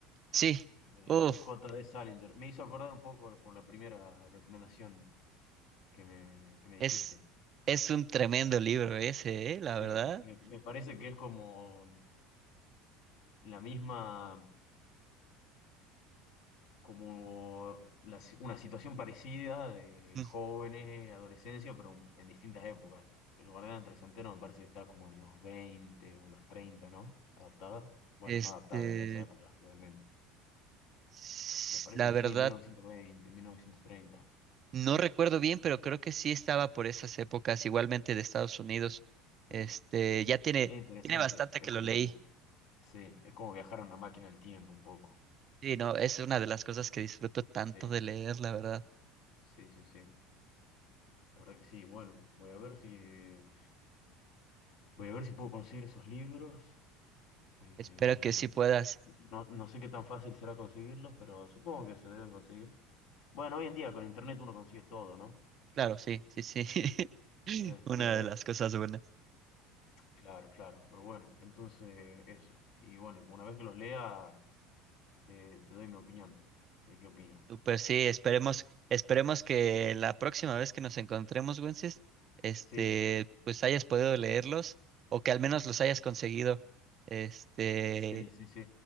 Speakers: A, on the right; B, on the left.
A: Sí,
B: De
A: uff,
B: J D Salinger. Me hizo acordar un poco por la primera recomendación que me, que me dijiste.
A: es, es un tremendo libro ese, ¿eh? La
B: Sí,
A: verdad.
B: me, me parece que es como la misma. como la si- una situación parecida de
A: Mm.
B: jóvenes, adolescencia, pero en distintas épocas. El guardián del centeno me parece que está como en los 20 o los treinta ¿no? Adaptada. Bueno,
A: Este,
B: no adaptada, era esa época, realmente.
A: s-
B: Me parece
A: la
B: que
A: verdad
B: sí, mil mil novecientos veinte mil novecientos treinta
A: No recuerdo bien, pero creo que sí estaba por esas épocas, igualmente de Estados Unidos.
B: Sí,
A: Este,
B: sí.
A: ya tiene,
B: Es interesante.
A: tiene bastante
B: Es
A: que
B: como,
A: lo leí.
B: sí, es como viajar a una máquina del tiempo un poco.
A: Sí, no, es una de las cosas que disfruto tanto
B: Sí,
A: de leer, la verdad.
B: sí, sí, sí. La verdad que sí. Bueno, voy a ver si, voy a ver si puedo conseguir esos libros. Eh,
A: Espero que sí puedas.
B: no, no sé qué tan fácil será conseguirlos, pero supongo que se deben conseguir. Bueno, hoy en día con internet uno consigue todo, ¿no?
A: Claro, sí, sí, sí. <laughs>
B: Este,
A: Una de las cosas buenas.
B: claro, claro, pero bueno, entonces eso. Y bueno, una vez que los lea, te, te doy mi opinión de qué opino.
A: Super, sí, esperemos, esperemos que la próxima vez que nos encontremos, Wences, este,
B: Sí,
A: pues hayas podido leerlos o que al menos los hayas conseguido. Este,
B: sí, sí, sí,